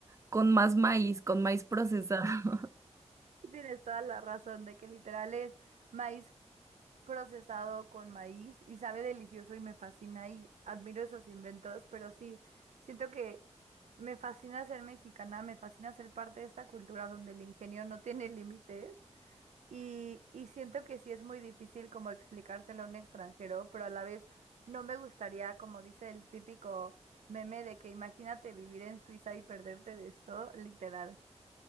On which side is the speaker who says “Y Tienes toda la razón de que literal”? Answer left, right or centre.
Right